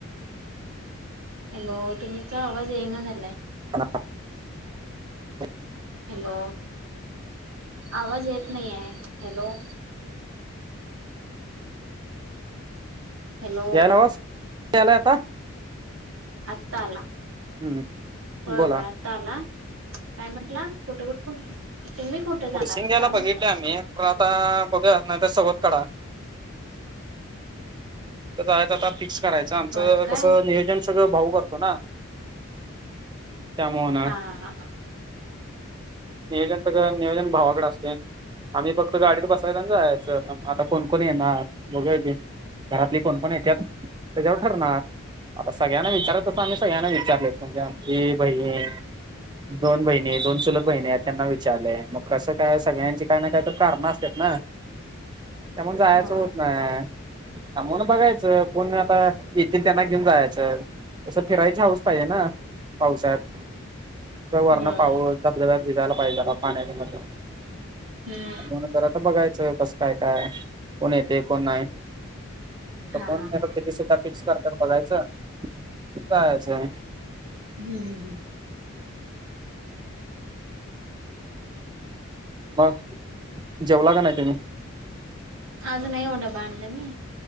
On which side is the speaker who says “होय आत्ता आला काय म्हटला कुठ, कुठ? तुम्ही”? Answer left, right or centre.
Right